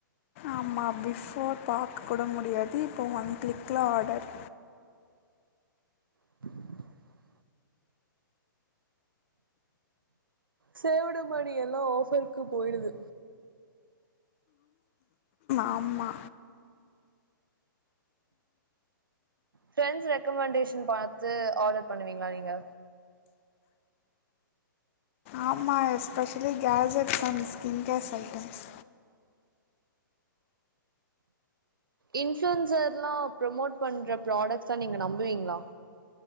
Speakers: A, on the left; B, on the right.
A: ஆமா பிஃபோர் பாக்க கூட முடியாது இப்போ ஒன் கிள்க்ல ஆடர்
B: <inaudible> சேவுடு மணி எல்லா ஆஃபருக்கு போய்டுது
A: ஆமா
B: ஃபிரெண்ஸ் ரெக்கமெண்டேஷன் பாத்து ஆடர் பண்ணுவீங்ளா நீங்க
A: ஆமா especially gadgets and skin cares items
B: இன்ஃப்ளுன்செர்லா ப்ரோமோட் பண்ற பிராடக்ஸ்ஸ நீங்க நம்புறீங்ளா